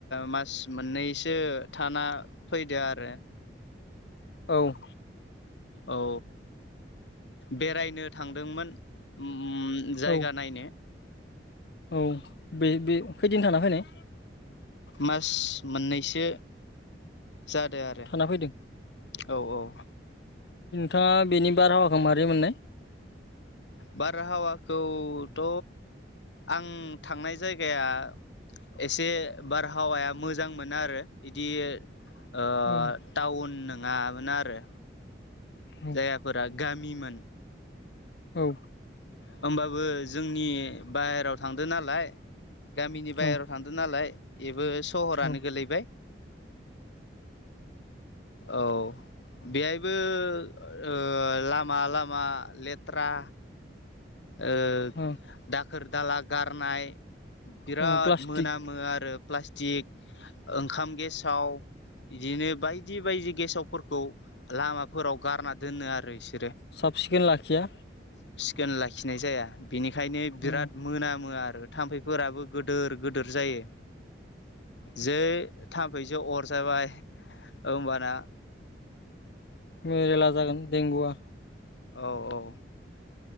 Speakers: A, on the left; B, on the left.
A: मास मोननैसो थाना फै दि आरो।
B: औ।
A: औ बेरायनो थांदोंमोन उम जायगा
B: औ
A: नायनो
B: औ बे बे खैदिन थाना फायनाय?
A: मास मोननैसो जादो आरो
B: थाना फैदों
A: औ औ।
B: थाङा बेनि बारहावाखो मारै मोननाय?
A: बारहावाखौथ' आं थांनाय जायगाया एसे बारहावाया मोजांमोन आरो इदि ओ
B: औ
A: टाउन नोङामोन आरो
B: औ
A: जायगाफोरा गामिमोन।
B: औ।
A: होमबाबो जोंनि बाहेराव थांदो नालाय। गामिनि बायहेरायाव
B: औ
A: थांदों नालाय एबो सहरानो
B: औ
A: गोलैबाय। औ। बेहायबो ओ लामा लामा लेथ्रा ओ
B: औ
A: दाखोर दाला गारनाय। बिराद
B: औ प्लास्टिक
A: मोनामो आरो प्लास्टिक, ओंखाम गेसाव, इदिनो बायदि बायदि गेसावफोरखौ लामाफोराव गारना दोनो आरो इसो
B: सफ सिखोन लाखिया।
A: खोन लाखिनाय जाया। बेनिखायनो बिराद
B: औ
A: मोनामो आ आरो थाम्फैफोराबो गोदोर गोदोर जायो। जै थाम्फैजों अरजाबाय ओमबाना
B: मेरेला जागोन देंगुआ।
A: औ औ।